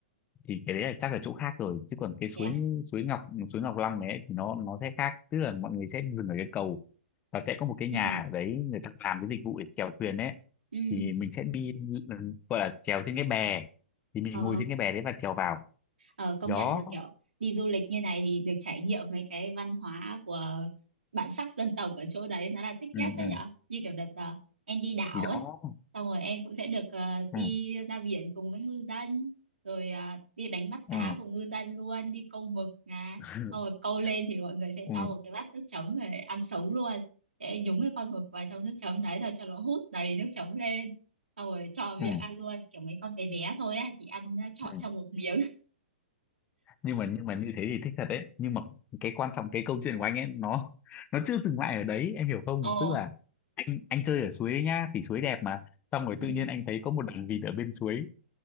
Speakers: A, on the left; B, on the right.
A: thì cái đấy là chắc là chỗ khác rồi chứ còn cái suối
B: thế à
A: suối Ngọc suối Ngọc Long này ấy, thì nó nó sẽ khác tức là mọi người sẽ dừng ở cái cầu và sẽ có một cái
B: ừ
A: nhà ở đấy người ta làm cái dịch vụ để chèo thuyền đấy
B: ừ
A: thì mình sẽ đi ừ, gọi là chèo trên cái bè thì mình
B: ờ
A: ngồi trên cái bè đấy và chèo vào
B: Ờ, công
A: đó
B: nhận là kiểu đi du lịch như này thì được trải nghiệm mấy cái văn hóa của bản sắc dân tộc ở chỗ đấy nó là thích
A: ừ
B: nhất đấy
A: ừ
B: nhở như kiểu đợt ờ, em đi đảo
A: thì đó
B: ấy xong rồi em cũng sẽ được ờ, đi
A: ừ
B: ra biển cùng với ngư dân rồi ờ, đi đánh bắt
A: ừ
B: cá cùng ngư dân luôn đi câu mực à
A: <laughs>
B: xong rồi câu lên thì mọi người sẽ
A: ừ
B: cho một cái bát nước chấm về ăn sống luôn sẽ nhúng cái con mực vào trong nước chấm đấy rồi cho nó hút đầy nước chấm lên xong rồi cho miệng
A: ừ
B: ăn luôn kiểu mấy con bé bé thôi á thì ăn ờ, trọn
A: ừ.
B: trong một miếng <laughs>
A: nhưng mà nhưng mà như thế thì thích thật đấy nhưng mà cái quan trọng cái câu chuyện của anh ấy nó nó chưa dừng lại ở đấy em hiểu không
B: Ồ
A: tức là anh anh chơi ở suối ấy nhá thì suối đẹp mà xong rồi
B: ừ.
A: tự nhiên anh thấy có một đàn vịt ở bên suối